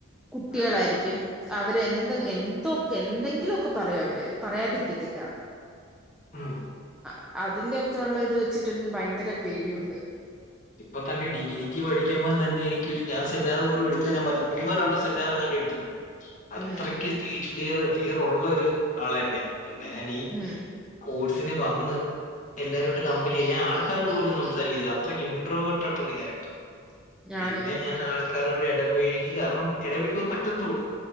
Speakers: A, in the centre; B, on the left.
A: കുട്ടികളായിരിക്കും
B: അതെ
A: അവര് എന്ത എന്തൊക്കെ എന്തെങ്കിലു ക്കെ പറയും അവര് പറയാതിരിക്കത്തില്ലാ
B: ഉം
A: ആഹ് അതിന്റെ ഒക്കെ ഉള്ള ഇത് വെച്ചിട്ട് എനിക്ക് ഭയങ്കര പേടിയുണ്ട്
B: ഇപ്പൊ തന്നെ ഡിഗിക്ക് പഠിക്ക്പം തന്നെ എനിക്കു ഞാൻ സെിനാറു പോലും എടുക്കൻ ഞാൻ ഒന്ന രണ്ട സെമിനാും കണ്ട എടുത്തിട്ടുള്ളു അത്രക്ക്
A: ഉം
B: തീ ഫിയർ ഫിയർ ഉള്ള ഒരു ആള തന്നെ പിന്നെ ഞാനീ
A: ഉം
B: സ്പോർട്സിന് വന്ന് എല്ലാവരോടും കമ്പനി്യാം ഞാൻ ആൾക്കാരോട് പോലും സംസാരിക്കുന്നത് അത്രക്ക് ഇനട്രവേർട്ടായിട്ടുള്ള ക്യാറക്ടർ
A: ഞാനും.
B: പിന്നെ ഞാൻ ആ ആൾക്കാരോട് ഇടപഴുകി കാരണം ഇടപഴുകാൻ പറ്റത്തുള്ളൂ